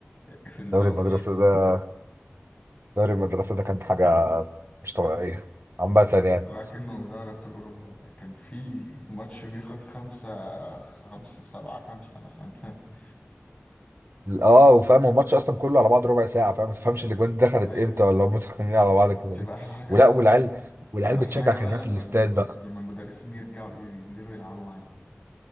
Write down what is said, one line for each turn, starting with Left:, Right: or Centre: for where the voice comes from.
Left: في الدوري
Right: دوري المدرسه ده دوري المدرسه ده كانت حاجه مش طبيعيه عامه يعني
Left: لكنه دوري ابطال اوروبا والله كان في ماتش بيخلص خمسة خمسة سبعة خمسة مثلا <laughs>
Right: اه وفاهم هو الماتش اصلا كله على بعض ربع ساعه فاهم ما تفهمش الاجوان دي دخلت
Left: ايوه
Right: امتى
Left: أيوة.
Right: ولا هم سخنانين على بعض كده
Left: تبقى
Right: ليه
Left: احلى حاجه
Right: ولا
Left: بقى
Right: والعيال
Left: لما
Right: والعيال
Left: تبقى
Right: بتشجع
Left: احلى حاجه بقى
Right: كانها
Left: لما
Right: في الاستاد
Left: ال...
Right: بقى
Left: لما المدرسين يرجعوا ينزلوا يلعبوا معانا